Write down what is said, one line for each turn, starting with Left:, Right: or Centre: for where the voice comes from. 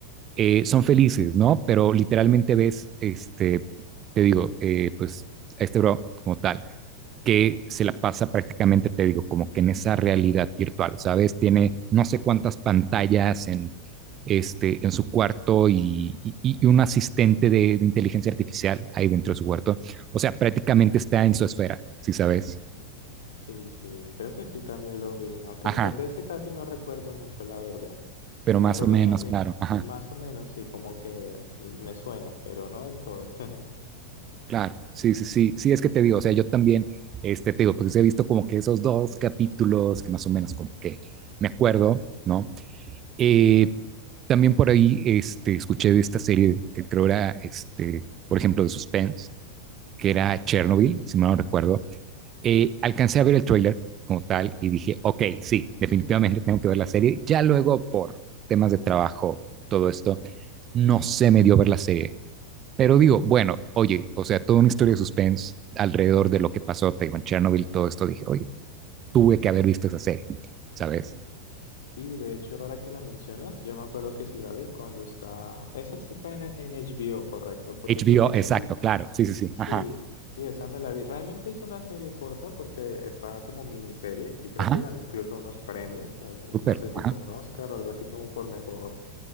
Right: eh, son felices, ¿no? Pero literalmente ves, este, te digo, eh, pues a este bro como tal, que se la pasa prácticamente, te digo, como que en esa realidad virtual, ¿sabes? Tiene no sé cuántas pantallas en, este, en su cuarto y, y, y un asistente de, de, inteligencia artificial ahí dentro de su cuarto. O sea, prácticamente está en su esfera, si ¿sí sabes.
Left: Sí, sí, creo que sí también lo vi. Aunque
Right: Ajá.
Left: no- de ese casi no recuerdo mucho, la verdad.
Right: pero
Left: Me
Right: más
Left: acuerdo
Right: o menos,
Left: también,
Right: claro, ajá,
Left: más o menos, sí, como que me suena, pero no del todo. <laughs>
Right: claro, sí, sí, sí, sí, es que te digo, o sea, yo también, este, te digo, porque he visto como que esos dos capítulos que más o menos como que me acuerdo, ¿no? Eh, también por ahí, este, escuché de esta serie que creo era, este, por ejemplo, de suspense, que era
Left: Ujú.
Right: Chernobyl, si mal no recuerdo, eh, alcancé a ver el tráiler como tal y dije, ok, sí, definitivamente tengo que ver la serie, ya luego por temas de trabajo, todo esto, no se me dio ver la serie, Pero digo, bueno, oye, o sea, toda una historia de suspense alrededor de lo que pasó, te digo, en Chernobyl, todo esto, dije, oye, tuve que haber visto esa serie, ¿sabes?
Left: Y de hecho, ahora que la mencionas, yo me acuerdo que sí la vi cuando está... Esa sí está en, en HBO, ¿correcto? Porque
Right: HBO,
Left: creo que sí,
Right: exacto, claro, sí, sí, sí,
Left: sí,
Right: ajá,
Left: sí, esa me la vi. Realmente es una serie corta porque está como miniserie y creo
Right: ajá,
Left: que ganó incluso unos premios. eh,
Right: súper,
Left: No sé si
Right: ajá,
Left: fue un Oscar o algo así como por mejor,